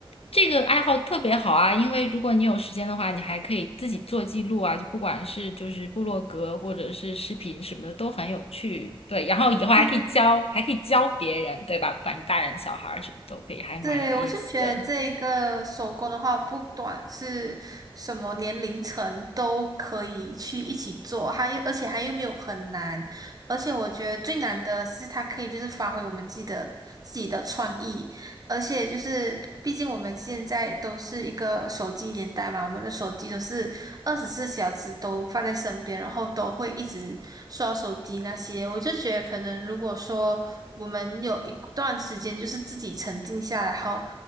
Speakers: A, on the left; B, on the right.
A: 这个爱好特别好啊，因为如果你有时间的话，你还可以自己做记录啊，就不管是就是部落格或者是视频什么的都很有趣。对，然后以后还可以教，
B: 对对
A: 还可以教别人，对吧？不管是大人小孩儿什么都可以，还蛮有意思的。
B: 对，我就觉得这一个手工的话，不管是什么年龄层都可以去一起做，还而且还又没有很难，而且我觉得最难的是它可以就是发挥我们自己的自己的创意，而且就是，毕竟我们现在都是一个手机年代嘛，我们的手机都是二十四小时都放在身边，然后都会一直刷手机那些。我就觉得，可能如果说我们有一段时间就是自己沉静下来，然后